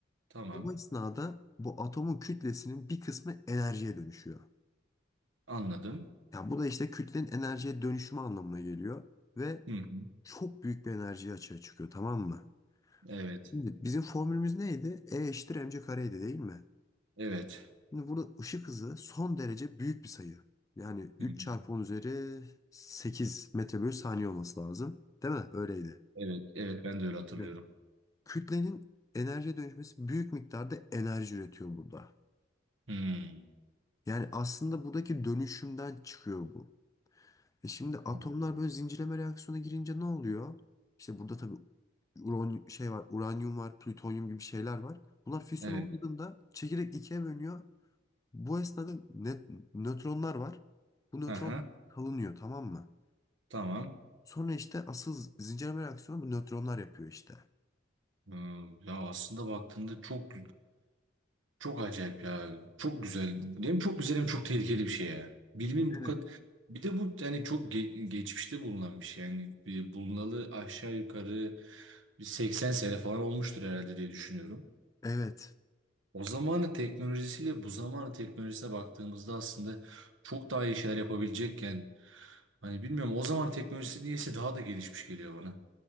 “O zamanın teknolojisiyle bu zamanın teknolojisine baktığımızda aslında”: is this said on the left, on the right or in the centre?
Right